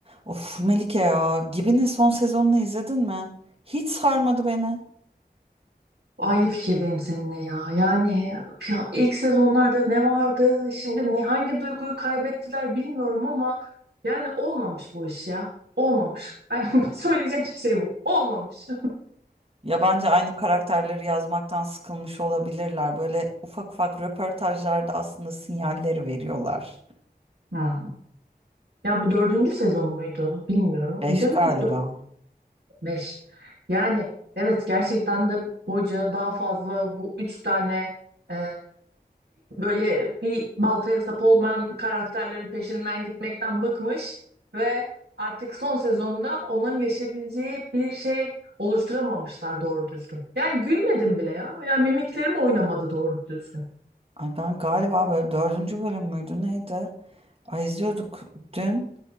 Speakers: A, on the right; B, on the right.
A: Of Melike ya, Gibi'nin son sezonunu izledin mi? Hiç sarmadı beni.
B: Aynı fikirdeyim seninle ya. Yani ya ilk sezonlarda ne vardı? Şimdi ne, hangi duyguyu kaybettiler bilmiyorum ama yani olmamış bu iş ya. Olmamış. Ay, <laughs> Söyleyeceğim tek şey bu. Olmamış.
A: Ya bence aynı karakterleri yazmaktan sıkılmış olabilirler. Böyle ufak ufak röportajlarda aslında sinyalleri veriyorlar.
B: Hmm. Ya bu dördüncü sezonu muydu? Bilmiyorum.
A: Beş
B: Değil
A: galiba.
B: mi? Beş. Yani evet gerçekten de hoca daha fazla bu üç tane e, böyle bir baltaya sap olmayan karakterlerin peşinden gitmekten bıkmış ve artık son sezonda onların yaşayabileceği bir şey oluşturamamışlar doğru düzgün. Yani gülmedim bile ya. Yani mimiklerim oynamadı doğru düzgün.
A: Ay ben galiba böyle dördüncü bölüm müydü neydi? Ay izliyorduk dün.